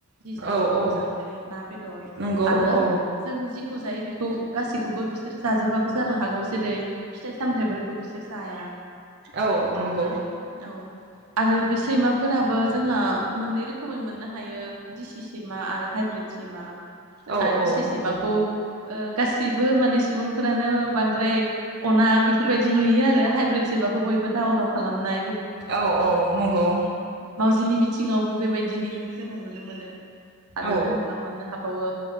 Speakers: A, on the right; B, on the right.
A: जि जायो
B: औ
A: बेखौ
B: औ
A: जाफायो ना बेदर
B: नंगौ
A: आरो
B: औ
A: जों जि खौ जायो बेखौ गासैखौबो बिसोरो जाजोबाबो जानो हागौ जेरै फिथाइ सामथायाइफोरखौ बिसोर जाया।
B: औ नंगौ।
A: आरो औ आरो बे सैमाफोराबो जोंहा मोननै रोखोमै मोननो हायो दिसि सैमा आरो हाइब्रिद सैमा। जोंहा
B: औ
A: दिसि
B: औ नंगौ
A: सैमाखौ ओ गासैबो माने सुबुंफोरानो बांद्राय अना बेफोरबायदि नुयो आरो हाइब्रिद सैमाखौ बयबो दाव दाव खालामनाय
B: औ औ नंगौ।
A: मावउजिनि बिथिङावबो बेबायदिनो जोङो नुनो मोनो। आरो
B: औ
A: जोंहा मोननो हा बावो